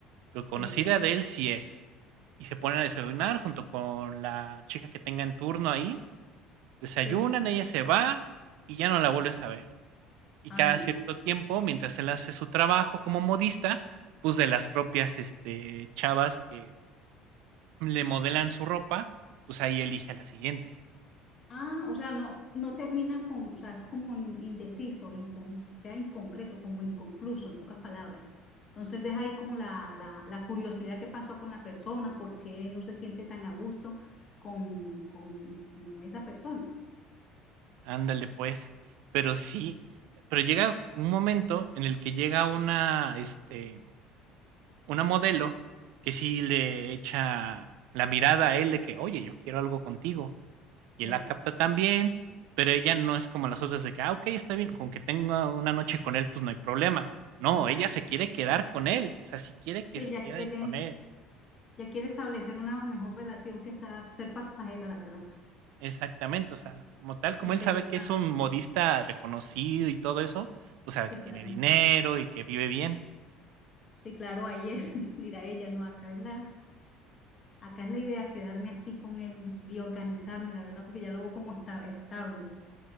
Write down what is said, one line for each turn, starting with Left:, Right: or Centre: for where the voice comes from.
Right: pero conocida
Left: Sí,
Right: de él sí es. Y se ponen a desayunar junto con la chica que tenga en turno ahí. Desayunan,
Left: sí,
Right: ella se va y ya no la vuelves a ver. Y
Left: ay
Right: cada
Left: no.
Right: cierto tiempo, mientras él hace su trabajo como modista, pues de las propias este, chavas que le modelan su ropa, pues ahí elige a la siguiente.
Left: Ah, o sea, no, no termina con, o sea, es como in- indeciso, incon- queda inconcreto, como inconcluso, en pocas palabras. Entonces deja ahí como la, la, la curiosidad que pasó con la persona, por qué no se siente tan a gusto con, con, con esa persona.
Right: Ándale pues. Pero sí, pero llega un momento en el que llega una, este, una modelo que sí le echa la mirada a él de que, oye, yo quiero algo contigo. Y
Left: Sí,
Right: él la capta también, pero ella no es como las otras de que, ah, ok, está bien, con que tenga una noche con él, pues no hay problema. No,
Left: ya va.
Right: ella se quiere quedar con él, o sea, sí quiere que
Left: Sí,
Right: se
Left: ya
Right: quede
Left: quiere,
Right: con él,
Left: ya quiere establecer una mejor relación que estar, ser pasajera, la verdad.
Right: exactamente, o sea, como tal, como
Left: Interesante.
Right: él sabe que es un modista reconocido y todo eso, pues sabe
Left: Sí,
Right: que tiene
Left: claro.
Right: dinero y que vive bien,
Left: Sí, claro, ahí es, <laughs> dirá ella, no, acá es la Acá es la idea quedarme aquí con él y, y organizarme, la verdad, porque ya lo veo como está, estable.